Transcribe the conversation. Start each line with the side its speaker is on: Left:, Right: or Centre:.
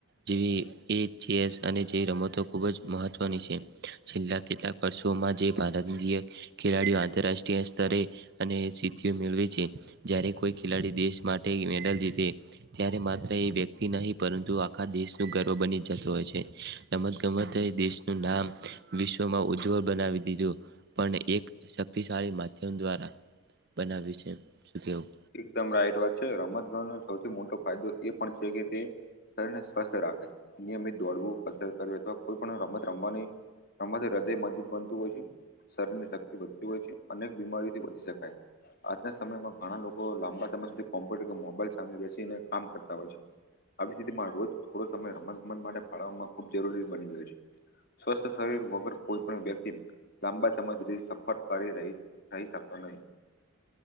Right: જેવી એ ચેસ અને જેવી રમતો ખૂબ જ મહત્વની છે. છેલ્લા કેટલાક વર્ષોમાં જે ભારતીય ખેલાડીઓ આંતરરાષ્ટ્રીય સ્તરે. અને સિદ્ધિ મેળવે છે જ્યારે કોઈ ખેલાડી દેશ માટે મેડલ જીતે. ત્યારે માત્ર એ વ્યક્તિ નહી પરંતુ આખા દેશનું ગર્વ બની જતું હોય છે. રમત ગમત દેશનું નામ વિશ્વમાં ઉજ્જવળ બનાવી દીધું. પણ એક શક્તિશાળી માધ્યમ દ્વારા બનાવીયું છે શું કેવું.
Left: એકદમ રાઈટ વાત છે રમતગમત ન સૌથી મોટો ફાયદો એ પણ છે કે તે શરીરને સ્વસ્થ રાખે નિયમિત દોડવું પસંદ કર અથવા કોઈ પણ રમત રમવાની. હ તો હૃદય મજબૂત બનતું હોય છે. શરીર ની શક્તિ વધતી હોય છે અનેક બીમારીથી વધચી શકાય. આના સમયમાં ઘણા લોકો લાંબા સમય સુધી કોમ્પ્યુટર કે મોબાઈલ સામે બેસીને કામ કરતા હોય છે. આવી સ્થિતિમાં રોજ થોડો સમય રમત ગમત માટે ફાળવવામાં ખૂબ જરૂરી બની ગયો છે. સ્વસ્થ શરીર વગર કોઈ પણ વ્યક્તિ. લાંબા સમય સુધી સફર કરી રહી રહી શકતો નહીં.